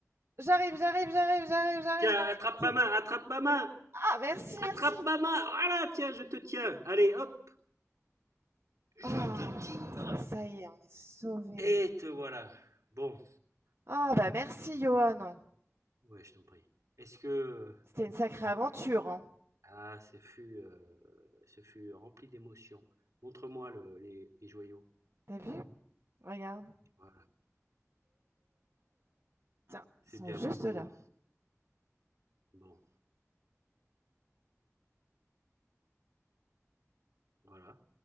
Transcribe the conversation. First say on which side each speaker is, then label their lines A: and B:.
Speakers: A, on the right; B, on the right.
A: J'arrive, j'arrive, j'arrive, j'arrive, j'arrive,
B: Tiens,
A: j'arrive.
B: attrape ma
A: Je-
B: main, attrape ma main.
A: Ah, merci,
B: Attrape
A: merci.
B: ma main. Voilà, tiens, je te tiens. Allez, hop. Je
A: Ah,
B: te tire.
A: ça y est, on est sauvés.
B: Et te voilà. Bon.
A: Ah, bah merci, Johan.
B: Ouais, je t'en prie. Est-ce que...
A: C'était une sacrée aventure, hein.
B: Ah, ce fut, euh, ce fut rempli d'émotions. Montre-moi le- les, les joyaux.
A: T'as vu? Regarde.
B: Voilà.
A: Tiens,
B: C'est
A: ils sont
B: bien,
A: juste
B: beau boulot.
A: là.
B: Bon, voilà.